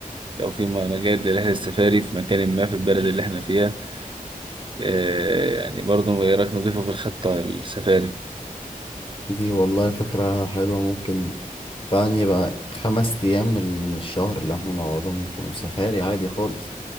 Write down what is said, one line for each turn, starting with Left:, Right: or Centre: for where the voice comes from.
Right: لو في م- مجال لرحله السفاري في مكان ما في البلد اللي احنا فيها آه يعني برضه ايه رايك نضيفه في الخطه السفاري
Left: دي والله فكره حلوه ممكن فعلا يبقى خمس ايام من الشهر اللي احنا نقعدهم يكونوا سفاري عادي خالص